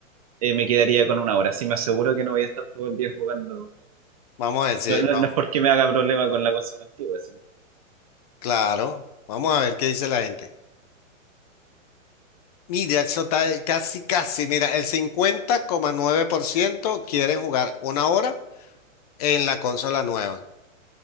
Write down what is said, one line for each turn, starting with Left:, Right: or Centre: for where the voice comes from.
Right: eh, me quedaría con una hora. Así me aseguro que no voy a estar todo el día jugando.
Left: Vamos a decir,
Right: No, no-
Left: vamos,
Right: no es porque me haga problema con la consola antigua,
Left: claro. Vamos a ver qué dice la gente. Mira, eso está ahí, casi, casi. Mira, el cincuenta coma nueve por ciento quieren jugar una hora en la consola nueva.